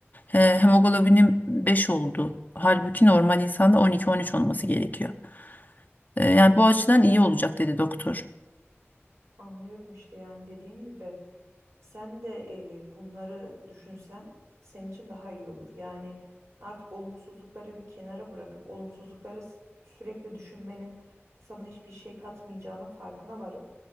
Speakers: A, on the left; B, on the right.
A: E, hemoglobinim 5 oldu. Halbuki normal insanda 12-13 olması gerekiyor. E, yani bu açıdan iyi olacak dedi doktor.
B: Anlıyorum işte yani dediğim gibi. Sen de e, bunları düşünsen senin için daha iyi olur. Yani artık olumsuzlukları bir kenara bırakıp olumsuzlukları s- sürekli düşünmenin sana hiçbir şey katmayacağının farkına varıp